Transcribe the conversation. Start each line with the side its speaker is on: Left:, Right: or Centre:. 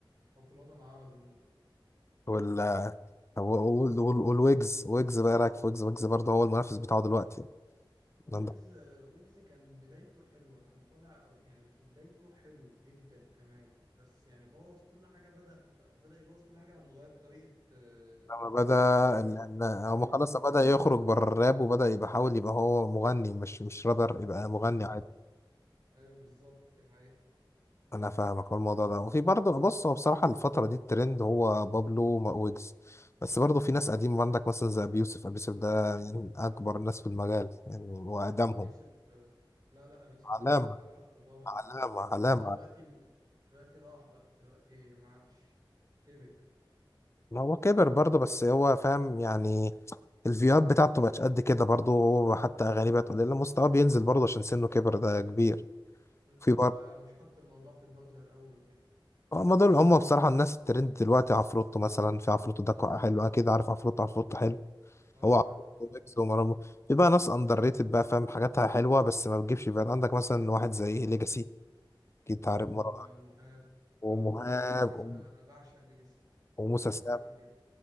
Right: او في الوطن العربي
Left: ولا طب وال- وال- والويجز ويجز بقى ايه رأيك في ويجز ويجز برضه هو المنافس بتاعه دلوقتي يعني
Right: ويجز
Left: عندك
Right: ويجز كان بدايته حلوة كان طالع يعني في بدايته حلو جدا كمان بس يعني بوظ كل حاجة بدأ بدأ يبوظ كل حاجة لما غير طريقة آه،
Left: لما بدأ
Right: طريقة
Left: لما
Right: أغانيه
Left: هو خلاص
Right: وكده
Left: بدأ يخرج بره الراب وبدأ يبقى حاول يبقى هو مغني مش مش رابر يبقى مغني
Right: بالظبط
Left: عادي
Right: أيوه بالظبط دي حقيقة
Left: انا فاهمك هو الموضوع ده وفي برضه بص هو بصراحة الفترة دي الترند هو بابلو مع ويجز بس برضه في ناس قديمة عندك مثلا زي ابي يوسف ابي يوسف ده يعني اكبر ناس في المجال يعني هو اقدمهم
Right: يوسف آه، لا لا أبي يوسف
Left: علامة
Right: لازم تديله حقه طبعا
Left: علامة
Right: بس
Left: علامة
Right: هو دلوقتي م- دلوقتي راح بقى دلوقتي ما عادش كبر
Left: ما هو كبر برضه بس هو فاهم يعني الفيوات بتاعته بقتش قد كده برضه هو حتى أغانيه بقت قليلة مستواه بينزل برضه عشان سنه كبر ده كبير
Right: بالظبط
Left: في برضه
Right: بقى مش حاطط الموضوع في دماغه زي الأول وكده
Left: هما دول هما بصراحة الناس الترند دلوقتي عفروتو مثلا في عفروتو ده كو- حلو أكيد عارف عفروتو عفروتو حلو
Right: اه
Left: هو عفروتو
Right: عارف عفروت
Left: ويجز ومرامو في بقى ناس أندر ريتد بقى فاهم حاجاتها حلوة بس ما بتجيبش بقى عندك مثلا واحد زي ليجاسي أكيد
Right: و-
Left: عارف مرام
Right: ومهاب
Left: ومهاب
Right: اه ولي- ليجاسي
Left: وم-
Right: انا انا بعشق ليجاسي
Left: وموسى
Right: انا بعشق
Left: سام
Right: ليجاسي بجد